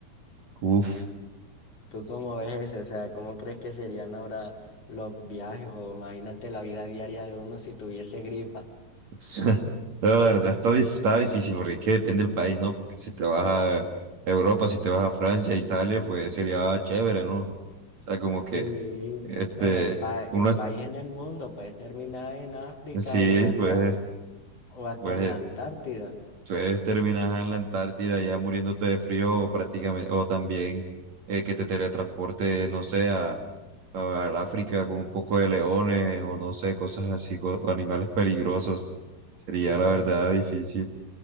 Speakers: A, on the right (about 50°); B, on the left (about 40°).
A: Uf.
B: ¿Tú cómo ves eso? O sea, ¿cómo crees que serían ahora los viajes? O imagínate la vida diaria de uno si tuviese gripa.
A: <laughs> Pero la verdad está, dif- está difícil porque es que depende del país, ¿no? Porque si te vas a Europa, si te vas a Francia, Italia, pues sería chévere, ¿no? O sea, como que,
B: Sí,
A: este,
B: pero es, pa- es
A: uno,
B: país en el mundo, puedes terminar en África
A: sí,
B: o hasta,
A: pues,
B: o hasta
A: pues
B: en la Antártida.
A: Entonces terminas en la Antártida ya muriéndote de frío prácticamente, o también eh, que te teletransporte, no sé, a, a- al África con un poco de leones o no sé, cosas así, co- o animales peligrosos. Sería
B: No,
A: la verdad difícil.